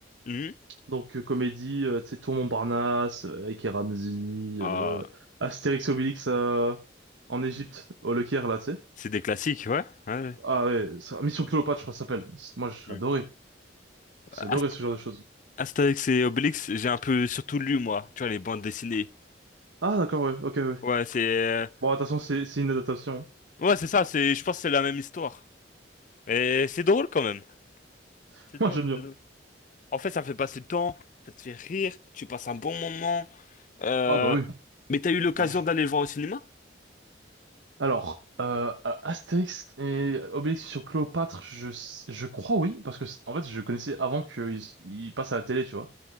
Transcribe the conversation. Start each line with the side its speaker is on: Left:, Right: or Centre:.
Left: Mhm.
Right: Donc euh, comédie, euh, tu sais, Tour Montparnasse, euh, avec et Ramzy,
Left: Ah,
Right: euh, Astérix et Obélix euh, en Égypte, au Le Caire, là, tu sais.
Left: c'est des classiques, ouais. ouais. ouais.
Right: Ah ouais, ça- Mission Cléopâtre, je crois que ça s'appelle. C'est- Moi, j'adorais.
Left: Mhm.
Right: J'ai
Left: Ast-
Right: adoré ce genre de choses.
Left: Astérix et Obélix, j'ai un peu surtout lu, moi. Tu vois, les bandes dessinées.
Right: Ah d'accord, ouais, ok, ouais.
Left: Ouais, c'est... euh,
Right: Bon, attention, c'est c'est une adaptation.
Left: Ouais, c'est ça, c'est... Je pense que c'est la même histoire. Mais c'est drôle quand même.
Right: <laughs>
Left: C'est
Right: Moi,
Left: drôle,
Right: j'aime bien.
Left: c'est drôle. En fait, ça fait passer le temps, ça te fait rire, tu passes un bon moment. Euh,
Right: Ah bah oui,
Left: mais t'as eu l'occasion
Right: large.
Left: d'aller le voir au cinéma?
Right: Alors, euh, euh, Astérix et Obélix sur Cléopâtre, je, s- je crois oui, parce que c- en fait, je connaissais avant qu'ils ils passent à la télé, tu vois.